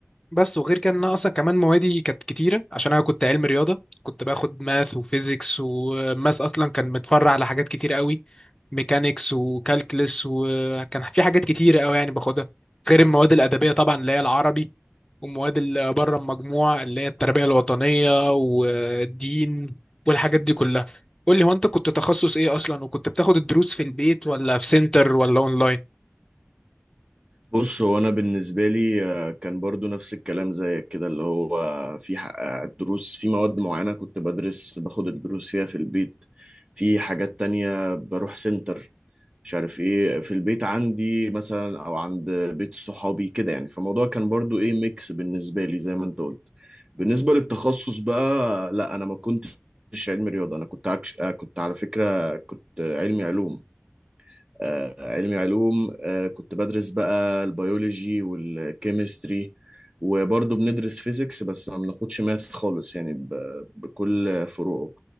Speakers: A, on the left (about 15°); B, on the right (about 20°).
A: بس وغير كده ان انا اصلا كمان موادي كانت كتيره عشان انا كنت علم رياضه كنت باخد ماث وفيزيكس وماث اصلا كان متفرع على حاجات كتيره قوي ميكانيكس وكالكلس وكان في حاجات كتيره قوي يعني باخدها غير المواد الادبيه طبعا اللي هي العربي ومواد اللي بره المجموع اللي هي التربيه الوطنيه والدين والحاجات دي كلها قول لي هو انت كنت تخصص ايه اصلا وكنت بتاخد الدروس في البيت ولا في سنتر ولا اونلاين
B: بص هو انا بالنسبة لي آه، كان برضو نفس الكلام زيك كده اللي هو في ح- آه، دروس في مواد معينة كنت بدرس باخد الدروس فيها في البيت في حاجات تانية بروح سنتر مش عارف ايه في البيت عندي مثلا او عند بيت صحابي كده يعني فالموضوع كان برضو ايه ميكس بالنسبة لي زي ما انت قلت بالنسبة للتخصص بقى لا انا ما كنتش علمي رياضة انا كنت عكش... آه، كنت على فكرة كنت علمي علوم آه، علمي علوم آه، كنت بدرس بقى البيولوجي والكيمستري وبرضه بندرس فيزيكس بس ما بناخدش ماث خالص يعني ب... بكل فروعه